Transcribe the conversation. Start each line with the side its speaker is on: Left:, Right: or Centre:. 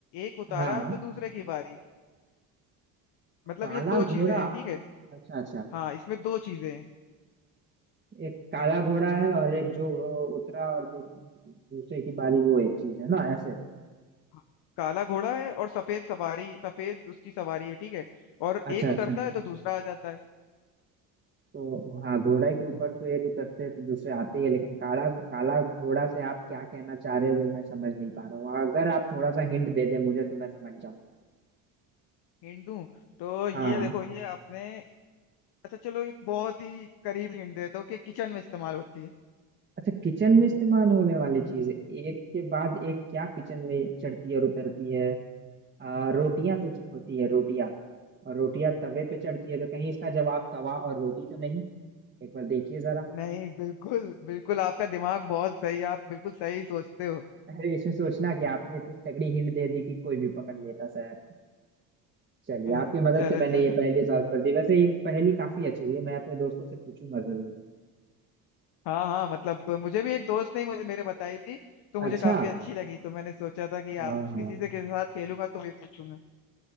Left: एक उतारा
Right: हाँ
Left: तो दूसरे की बारी मतलब
Right: काला
Left: ये दो
Right: घोड़ा
Left: चीजें हैं ठीक है
Right: अच्छा अच्छा
Left: हाँ इसमें दो चीजें हैं
Right: एक काला घोड़ा है और एक जो अ, उतरा और दू, दूसरे की बारी वो एक चीज है ना ऐसे
Left: हाँ, काला घोड़ा है और सफेद सवारी सफेद उसकी सवारी है ठीक है और
Right: अच्छा
Left: एक
Right: अच्छा
Left: उतरता है तो दूसरा आ जाता है
Right: तो हाँ घोड़े के ऊपर तो एक उतरते हैं तो दूसरे आते ही है लेकिन काला काला घोड़ा से आप क्या कहना चाह रहे हो वो मैं समझ नहीं पा रहा हूँ अगर आप थोड़ा सा हिंट दे दे मुझे तो मैं समझ
Left: हिंट दूं तो ये
Right: हाँ
Left: देखो ये आपने अच्छा चलो एक बहुत ही करीब हिंट देता हूँ कि किचन में इस्तेमाल होती है
Right: अच्छा किचन में इस्तेमाल होने वाली चीज एक के बाद एक क्या किचन में चढ़ती है और उतरती है आ, रोटियां तो च- होती है रोटियां और रोटियां तवे पे चढ़ती है तो कहीं इसका जवाब तवा और रोटी तो नहीं एक बार देखिए जरा
Left: नहीं बिल्कुल बिल्कुल आपका दिमाग बहुत सही है, आप बिल्कुल सही सोचते हो
Right: अरे इसमें सोचना कि आपने इतनी तगड़ी हिंट दे दी कि कोई भी पकड़ लेता सर चलिए
Left: <laughs>
Right: आपकी मदद
Left: चलो
Right: से मैंने
Left: चलो
Right: ये पहेली सॉल्व कर दी वैसे ये पहेली काफी अच्छी थी मैं अपने दोस्तों से पूछूंगा जरूर
Left: हाँ हाँ मतलब मुझे भी एक दोस्त ने मुझे मेरे बताई थी तो मुझे
Right: अच्छा
Left: काफी अच्छी लगी तो मैंने सोचा था कि
Right: हाँ
Left: आप
Right: हाँ
Left: किसी से किसी के साथ खेलूंगा तो मैं पूछूंगा